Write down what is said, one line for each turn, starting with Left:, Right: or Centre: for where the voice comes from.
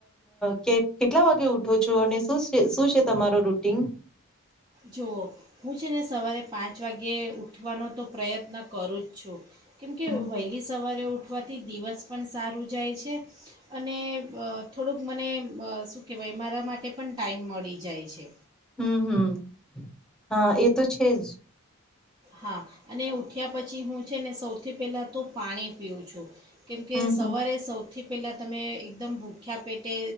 Centre: ક કેટલા વાગે ઉઠો છો અને શું છે તમારો રૂટીન
Right: જુઓ હું છે ને સવારે પાંચ વાગે ઉઠવાનો તો પ્રયત્ન કરું જ છું. કેમ કે
Centre: હમ
Right: વહેલી સવારે ઉઠ ઉઠવાથી દિવસ પણ સારું જાય છે અને થોડુંક મને શું કહેવાય મારા માટે પણ ટાઈમ મળી જાય છે
Centre: હમ હમ હા એ તો છે જ
Right: હા અને ઉઠ્યા પછી હું છે ને સૌથી પહેલાં તો પાણી પીવું છું કેમ કે
Centre: હમ
Right: સવારે
Centre: હમ
Right: સૌથી પહેલાં તમે એકદમ ભૂખ્યા પેટે